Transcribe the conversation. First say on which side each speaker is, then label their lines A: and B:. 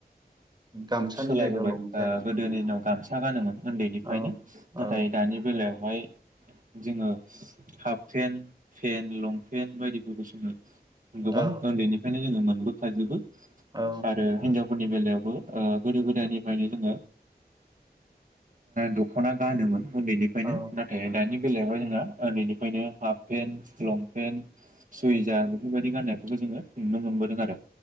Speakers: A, on the right; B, on the right.
A: गामसानि
B: सोलायबोबाय
A: जायगायाव लंपेन्ट
B: ओ गोदोनि
A: उम
B: दिनाव गामसा गानोमोन उन्दैनिफ्रायनो
A: औ
B: नाथाय
A: औ
B: दानि बेलायाव ओमफ्राय जोङो हाफ पेन्ट, पेन्ट, लंपेन्ट बायदिफोरखौ जोङो गोबां
A: औ
B: उन्दैनिफ्रायनो जोङो मोन बो खााजोबो।
A: औ
B: आरो हिनजाव गुनि बेलायावबो ओ गोदो गोदायनिफ्रायनो जोङो दख'ना गानोमोन। उन्दैनिफ्रायनो
A: औ
B: नाथाय दानि बेेलायावहाय नोङो ओ बेनि ओखायनो हाफ पेन्ट लंपेन्ट सुइजार बेफोरबायदि गाननायफोरखौबो जोङो नुनो मोनबोदों आरो।